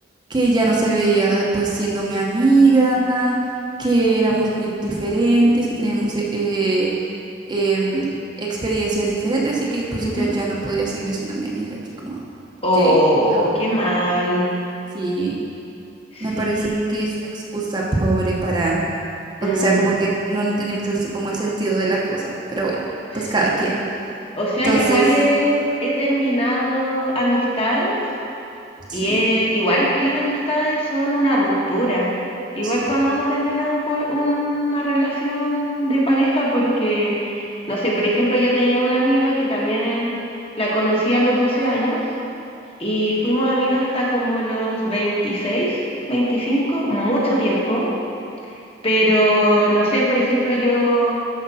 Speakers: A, on the right (about 25°); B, on the left (about 30°).
A: que ya no se veía pues siendo mi amiga, que éramos muy diferentes, que teníamos eh, eh, em, experiencias diferentes y que pues
B: ujú.
A: ella ya no podía seguir siendo mi amiga. Yo como,
B: Oh,
A: ¿qué? O sea,
B: qué mal.
A: sí,
B: Sí.
A: me parece que es una excusa pobre para, o
B: Mm,
A: sea, como que no entendí mucho el- como el sentido de la cosa, pero bueno,
B: sí.
A: pues cada quien.
B: O sea,
A: Entonces...
B: yo igual he, he terminado amistades Y
A: Sí,
B: eh, igual las amistades son una ruptura. Igual
A: sí,
B: cuando uno termina un pue- una relación de pareja, porque, no sé, por ejemplo, yo tenía una amiga que también la conocí a los 12 años y fuimos amigas hasta como los 26 25 mucho tiempo. Pero, no sé, por ejemplo, yo